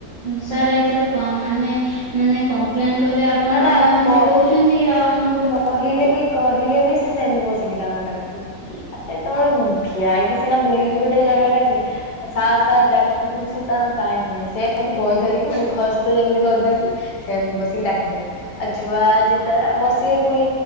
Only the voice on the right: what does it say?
ସାର ଏଥରେ କମ ମାନେ ମାନେ କମ୍ପ୍ଲେନ୍ କଲେ, ଆପଣ
ଏମିତି
କହୁଛନ୍ତି ଆଉ ମୁଁ